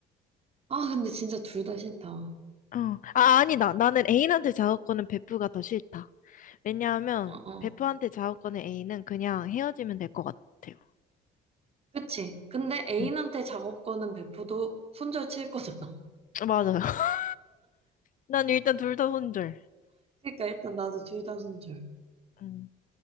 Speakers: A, on the right; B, on the left.
A: 아, 근데 진짜 둘 다 싫다. 어,
B: 어. 아, 아니다. 나는 애인한테 작업 거는 베프가 더 싫다. 왜냐하면
A: 어.
B: 베프한테 작업 거는 애인은 그냥 헤어지면 될 것 같아요.
A: 그치? 근데 애인한테
B: 응.
A: 작업 거는 베프도 손절 칠 거잖아.
B: 맞아요. <laughs> 난 일단 둘 다 손절.
A: <laughs> 그러니까 일단 나도 둘 다 손절.
B: 음,